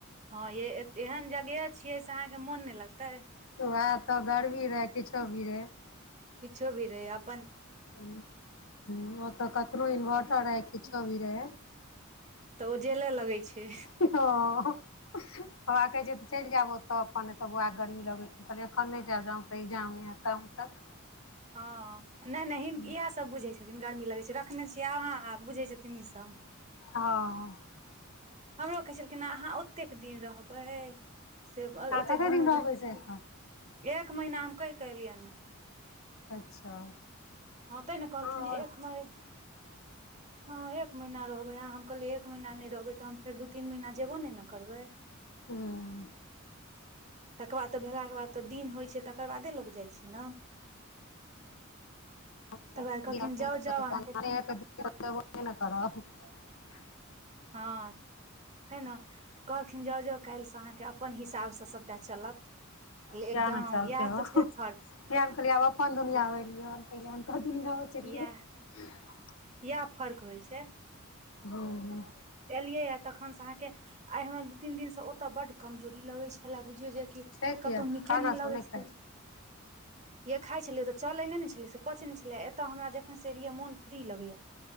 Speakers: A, on the right (about 35°); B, on the left (about 75°).
A: हँ ये एहन जगहे छियै से अहाँके मोन नहि लगतै
B: वएह तऽ गरमी रहे किछो भी रहे
A: किछो भी रहै आब
B: ह्म ह्म ओ तऽ कतनो
A: तैं
B: इन्वर्टर
A: ने कहलौं
B: रहै किछो भी रहै
A: तऽ ओ जेले लगै छै
B: ओकरा कहै छै चैल जाब ओतऽ अपन एतय बौआ गर्मी लगै छै कहलियै एखन नहि जायब जा हम तऽ इगजाम नहि हेत तम्ह तक
A: हँ नहि नहिहिन
B: हँ
A: इएह सब बुझै छथिन गर्मी लगै छै रखने छियै अहाँ आब बुझै छथिन ई सब
B: अहाँ
A: हमरो कहै छलखिन हँ अहाँ ओतेक दिन रहबै से ओतेक
B: कते
A: दिनमे
B: दिन रहबै
A: बुझै
B: से
A: छियै
B: एखन
A: एक महीना हम कहि क एलियै न है
B: अच्छा
A: हँ तै ने कहलखिन
B: आओर
A: जे एक महि
B: <inaudible>
A: हँ एक महीना रहबै अहाँ हम कहलियै एक महीना नहि रहबै तऽ हम फेर दू तीन महीना जेबो नहि ने करबै
B: ह्म
A: तकर बाद तऽ भेलाके बाद तऽ दिन होइ छै तकर बादे लोक जाइ छै ने
B: <unintelligible>
A: तकर बाद कहलखिन जाउ जाउ अहाँके हँ तै न तऽ कहलखिन जाउ जउ काल्हिसँ अहाँके अपन हिसाबसँ सब टा चलत कहलियै
B: किया
A: एकदम
B: ने चलते
A: इएह
B: हो
A: तऽ छै फर्क
B: किया नहि कहलि आब अपन दुनिया
A: इएह
B: एलियैल हम त दुनिया बचलियै
A: इएह
B: <unintelligible>
A: इएह फर्क होइ छै
B: हूँ हुँ
A: एलियै या तखन से अहाँके आइ हमरा दू तीन दिनसँ ओतय बड्ड कमजोरी लगै छलै बुझ बुझियौ जे की
B: से किया
A: कतौ नीके
B: खाना
A: नहि
B: सब
A: लगै छै
B: खाइ
A: य खाइ छलियै तऽ चलयने ने छलै से पचैतनहि छलै एत हमरा जखनसँ एलियै मोन फ्री लगैए